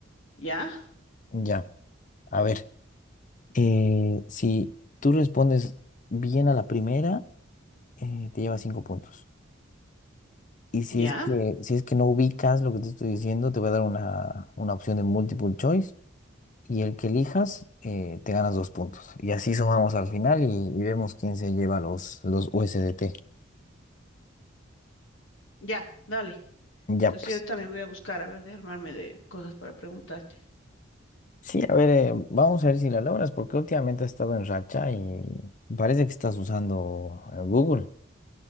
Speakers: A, on the left (about 80°); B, on the left (about 40°).
A: ya,
B: Ya. A ver, eh, si tú respondes bien a la primera, eh, te llevas cinco puntos. Y si
A: ya,
B: es que, si es que no ubicas lo que te estoy diciendo, te voy a dar una, una opción de multiple choice. Y el que elijas, eh, te ganas dos puntos. Y así sumamos al final y, y vemos quién se lleva los, los USDT.
A: ya, dale.
B: Ya
A: Entonces
B: pues.
A: yo también voy a buscar, a ver, de armarme de cosas para preguntarte.
B: Sí, a ver, eh, vamos a ver si la logras, porque últimamente has estado en racha y parece que estás usando eh, Google.